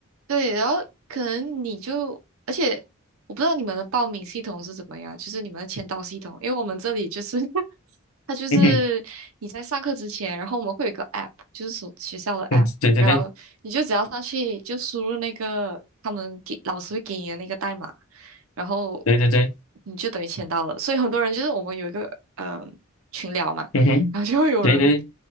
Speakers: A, on the right; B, on the left.
A: 对，然后可能你就，而且我不知道你们的报名系统是怎么样，就是你们的签到系统，因为我们这里就是 <laughs> 它就是你在上课之前，
B: 嗯哼，
A: 然后我们会有一个 app，就是所学校的 app，
B: 嗯，对对对
A: 然后你就只要上去就输入那个他们给老师会给你的那个代码，然后
B: 对对对，
A: 你就等于签到了。所以很多人就是我们有一个呃群聊嘛，
B: 嗯哼，
A: 然后就会有人
B: 对对，